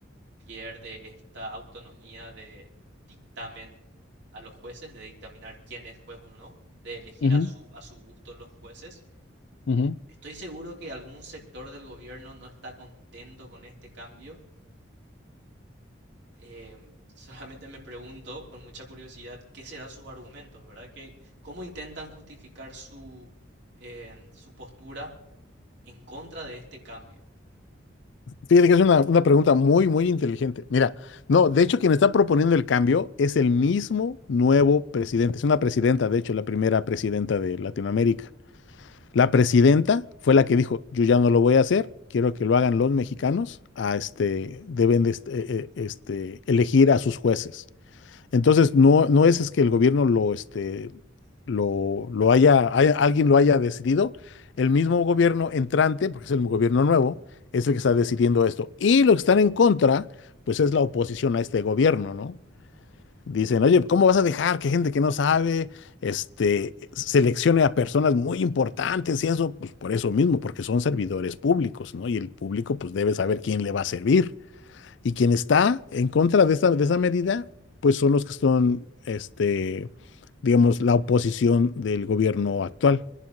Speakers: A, on the right; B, on the left.
A: pierde esta autonomía de dictamen a los jueces, de dictaminar quién es juez o no, de elegir
B: ujú,
A: a su, a su gusto los jueces.
B: ujú.
A: Estoy seguro que algún sector del gobierno no está contento con este cambio em, <laughs> solamente me pregunto con mucha curiosidad qué serán sus argumentos, ¿verdad? Que, ¿cómo intentan justificar su, em, su postura en contra de este cambio?
B: Fíjate que es una, una pregunta muy, muy inteligente. Mira, no, de hecho, quien está proponiendo el cambio es el mismo nuevo presidente. Es una presidenta, de hecho, la primera presidenta de Latinoamérica. La presidenta fue la que dijo, yo ya no lo voy a hacer, quiero que lo hagan los mexicanos, a este, deben de este, eh, eh, este, elegir a sus jueces. Entonces, no, no es, es que el gobierno lo, este, lo, lo haya, haya- alguien lo haya decidido. El mismo gobierno entrante, porque es el gobierno nuevo, es el que está decidiendo esto. Y los que están en contra, pues es la oposición a este gobierno, ¿no? Dicen, oye, ¿cómo vas a dejar que gente que no sabe, este, seleccione a personas muy importantes y eso? Pues por eso mismo, porque son servidores públicos, ¿no? Y el público, pues debe saber quién le va a servir. Y quien está en contra de esa, de esa medida, pues son los que son, este, digamos, la oposición del gobierno actual,